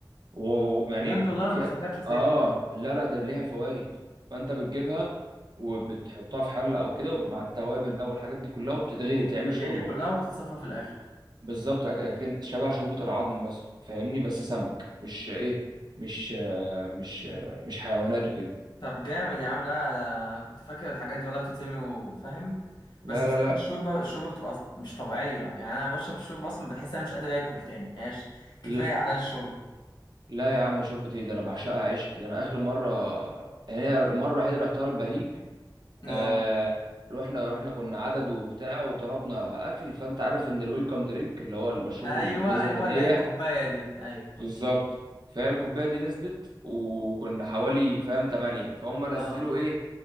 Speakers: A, on the right; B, on the left.
A: ويعني
B: بجد والله انا
A: في
B: كنت فاكرها بتترمي
A: آه
B: يا عم
A: لا لا ده ليها فوائد فأنت بتجيبها وبتحطها في حلة أو كده مع التوابل بقى والحاجات دي كلها وبتتغلي
B: وبتتغلي
A: بتعمل شوربة
B: كلها وبتتصفى في الاخر
A: بالظبط أك- اكن شبه شوربه العظم مثلا فاهمني بس سمك مش ايه مش آه، مش آه، مش حيوانات وكده
B: طب جامد يا عم لا أنا كنت فاكر الحاجات دي والله بتترمي وفاهم
A: لا
B: بس بصراحه
A: لا لا
B: الشوربه الشوربه بتبقى أص- مش طبيعيه يعني انا بشرب الشوربه اصلا بحس انا مش قادر اكل تاني ماشي كفايه
A: ل-
B: على الشوربه
A: لا يا عم شوربه ايه ده انا بعشقها عشق ده انا اخر مره يعني أنا المره الوحيده اللي رحتها البهيج
B: اه
A: آه رحنا رحنا كنا عدد وبتاع وطلبنا اكل فانت عارف ان الويلكم درينك اللي هو المشروب
B: ايوه
A: اللي بينزل
B: ايوه
A: هديه
B: اللي هي الكوبايه دي ايوه
A: بالظبط فهي الكوبايه دي نزلت وكنا حوالي فاهم 8 فهم نزلوا
B: اه
A: ايه